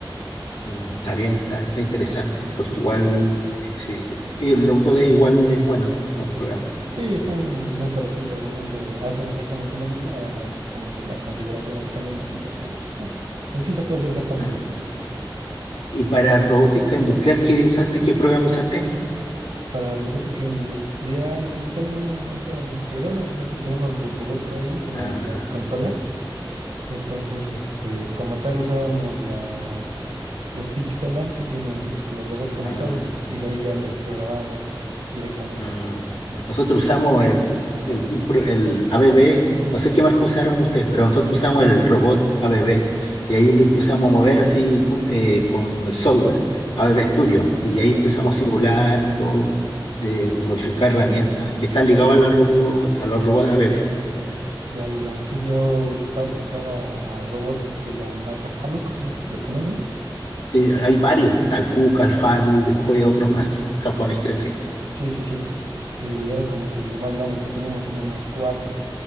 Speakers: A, on the left; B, on the right.
A: mm, está bien, está, está interesante, porque
B: Sí,
A: igual,
B: sí, sí.
A: eh, sí, el Autodesk igual es bueno, buen programa.
B: Sí, son muy parecidos, realmente hacen exactamente lo mismo, nada más como que la configuración cambia un poquito, pero eh, en sí se puede hacer exactamente
A: Ah,
B: lo mismo.
A: ¿Y para robótica industrial qué usaste? ¿Qué programa usaste?
B: Para robótica industrial, como tal, no, no usábamos programas, sino que teníamos los robots ahí, teníamos
A: Ah,
B: las consolas. Entonces, este, como tal, usábamos las, los teach pendant que tienen los robots conectados
A: ah,
B: y de ahí ya los programábamos directamente.
A: Ah, nosotros usamos el, el, un pro- el ABB, no sé qué marca usaron ustedes, pero nosotros usamos el robot ABB y ahí lo empezamos a mover así pun- eh, con el software ABB Studio y ahí
B: Ya,
A: empezamos a simular y todo, de modificar herramientas que están ligadas a, la robo- a los robots ABB.
B: ya, ya, ya. Sí, yo usta- usaba robots de la marca Fanuc, no sé si los conoces.
A: Sí, hay varios, Talcuca, Alfanu, después
B: Ajá.
A: otros más que japonés creo que es
B: Sí, sí, sí. Y era como que los más grandes que teníamos, teníamos cuatro.